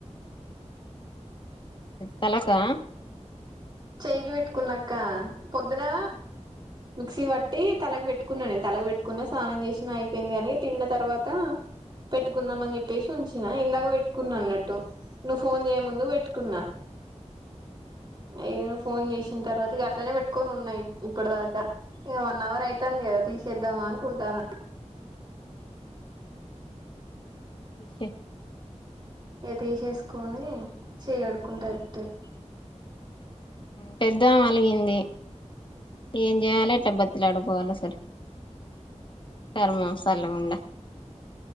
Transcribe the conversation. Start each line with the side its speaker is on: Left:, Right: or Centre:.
Left: తలకా
Right: చేయికి పెట్టుకున్నక్క పొద్దునా మిక్సి పట్టి తలకి వెట్టుకున్న నేన్ తలక్ పెట్కో కున్న స్నానం చేశిన అయిపోయింది గని తిన్న తర్వాత పెట్టుకుందాం అన్ చెప్పెసి ఉంచిన ఇందాక పెట్టుకున్న అన్నట్టు నువ్ ఫోన్ చేయ ముందుక్ వెట్కున్న. <inaudible> ఇగ నువ్ ఫోన్ చేశిన్ తర్వాత ఇగ అట్లనే పెట్టుకొన్ ఉన్న ఇప్పట్ దాక ఇగ వన్ అవర్ అయ్తాంది గదా తీసేద్దామా అన్కుంటాన
Left: తీసెయ్
Right: ఇగ తీసేస్కోని చెయ్ కడుక్కుంటే అయిపోతది.
Left: పెద్దమె అలిగింది ఏం చేయాలె ఎట్ల బతిలాడుకోవలె అసలు కర్మం సల్లగుండ